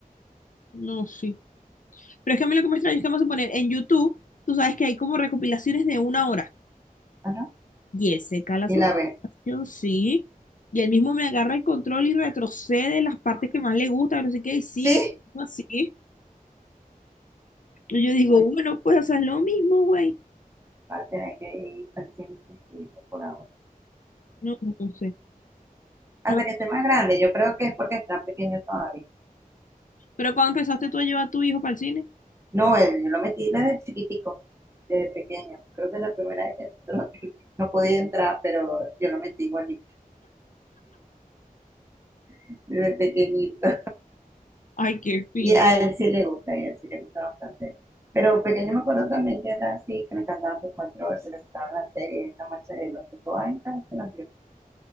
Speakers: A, on the left; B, on the right.
A: No, sí. Pero es que a mí lo que me extraña es que vamos a poner en YouTube, tú sabes que hay como recopilaciones de una hora.
B: Ajá.
A: Y él se cala
B: Y
A: su
B: la
A: recopilación,
B: ve.
A: sí. Y él mismo me agarra el control y retrocede las partes que más le gustan, no sé qué, y sigue
B: ¿Sí?
A: así. Y yo digo,
B: Bueno,
A: bueno, pues, o sea, es lo mismo, güey.
B: va a tener que ir al cine con su hijo por ahora.
A: No, no sé.
B: hasta
A: Pero,
B: que esté más grande. Yo creo que es porque está pequeño todavía.
A: pero cuando empezaste tú a llevar a tu hijo para el cine,
B: No, él, yo lo metí desde chiquitico, desde pequeño. Creo que es la primera vez que <laughs> entró. no podía entrar, pero yo lo metí igualito, <laughs> desde pequeñito.
A: ay, qué fin.
B: Y a él sí le gusta, y a él sí le gusta bastante. Pero pequeño me acuerdo también que era así, que me encantaba sus cuatro horas, que le gustaban las series, esa marcha de los todas esas se las vio.